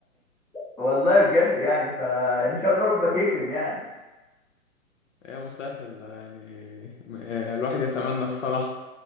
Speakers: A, in the centre; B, on the left (about 60°).
A: والله بجد يعني فان شاء الله ربك يكرم يعني
B: يا مسهل ده يعني م- الواحد يتمنى بصراحة